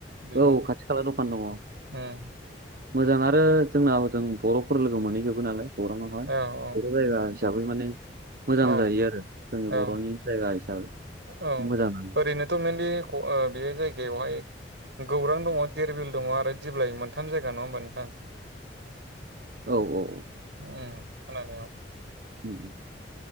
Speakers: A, on the right (about 75°); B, on the right (about 55°).
A: बेनो
B: औ खाथि खाला द'खान दङ।
A: उम
B: मोजां आरो जोंना ओजों बर'फोर लोगो मोनहैजोबो नालाय गौराङावहाय
A: औ औ।
B: बर' जायगा हिसाबै माने मोजां
A: औ
B: जायो आरो जोंनि
A: औ
B: बर'नि जायगा हिसाबै
A: औ
B: मोजाङानो।
A: ओरैनोथ' मेनलि बे जायगायावहाय गौरां दङ', दिरबिल दङ' आरो दिेब्लाय मोनथाम जायगा नङा होमबा नोंथां?
B: औ औ औ।
A: उम खोनानायाव
B: <unintelligible>